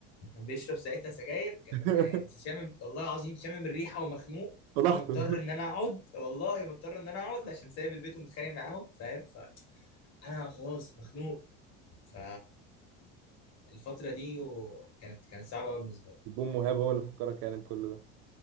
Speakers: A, on the left (about 50°); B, on the right (about 75°).
A: كان بيشرب ساعتها سجاير كان
B: <laughs>
A: آه، شامم والله العظيم شامم الريحه ومخنوق
B: فضحته
A: ومضطر ان انا اقعد والله مضطر ان انا اقعد عشان سايب البيت ومتخانق معاهم فاهم فانا خلاص مخنوق ف الفترة دي وكانت كانت صعبة أوي بالنسبة لي
B: البوم مهاب هو اللي فكرك يعني بكل ده